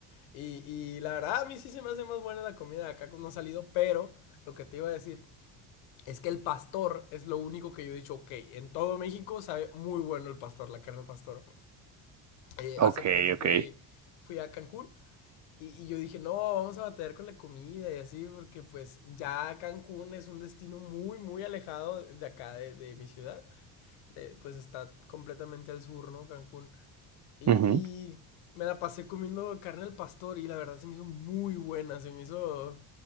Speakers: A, on the left (about 75°); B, on the right (about 35°).
A: Y, y la verdad a mí sí se me hace más buena la comida de acá cuando ha salido, pero lo que te iba a decir es que el pastor es lo único que yo he dicho, ok, en todo México sabe muy bueno el pastor, la carne del pastor. Eh,
B: <laughs>
A: hace
B: ok,
A: poquito fui,
B: ok.
A: fui a Cancún y, y yo dije, no, vamos a batallar con la comida y así, porque pues ya Cancún es un destino muy, muy alejado de acá, de, de mi ciudad. De- pues está completamente al sur, ¿no? Cancún. Y,
B: Ujú.
A: y me la pasé comiendo carne al pastor y la verdad se me hizo muy buena, se me hizo,